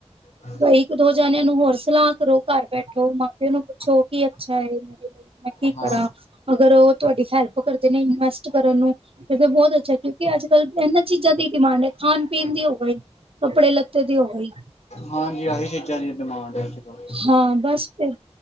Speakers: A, on the left; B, on the right.
A: ਹਾਂ,
B: ਕਈ ਦੋ ਜਾਣਿਆਂ ਨੂੰ ਹੋਰ ਸਲਾਹ ਕਰੋ, ਘਰ ਬੈਠੋ ਮਾਂਪਿਓ ਨੂੰ ਪੁੱਛੋ ਕੀ ਅੱਛਾ ਹੈ ਮੇਰੇ ਲਈ ਮੈਂ ਕੀ
A: ਹਾਂ,
B: ਕਰਾਂ, ਅਗਰ ਉਹ ਤੁਹਾਡੀ ਹੈਲਪ ਕਰਦੇ ਨੇ ਇਨਵੈਸਟ ਕਰਨ ਨੂੰ ਕਿਉਂਕਿ ਬਹੁਤ ਅੱਛਾ ਕਿਉਂਕਿ, ਅੱਜ-ਕੱਲ ਇਹਨਾਂ ਚੀਜ਼ਾਂ ਦੀ ਡਿਮਾਂਡ ਹੈ ਖਾਣ ਪੀਣ ਦੀ ਹੋਵੇ। ਕੱਪੜੇ ਲੱਤੇ ਦੀ ਉਹੀ
A: ਹਾਂਜੀ, ਆਹੀ ਚੀਜ਼ਾਂ ਦੀ ਡਿਮਾਂਡ ਹੈ ਅੱਜ-ਕੱਲ੍ਹ।
B: ਹਾਂ, ਬਸ ਫਿਰ